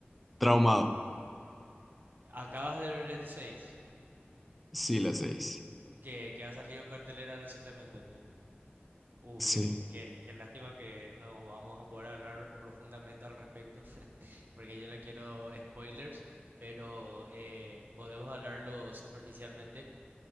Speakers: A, in the centre; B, on the right.
A: traumado.
B: acabas de ver el 6,
A: Sí, las seis.
B: que, que ha salido en cartelera recientemente, entiendo. Uh,
A: Sí,
B: viejo, qué, qué lástima que no vamos a poder hablar profundamente al respecto, <laughs> porque yo no quiero spoilers, pero eh, podemos hablarlo superficialmente.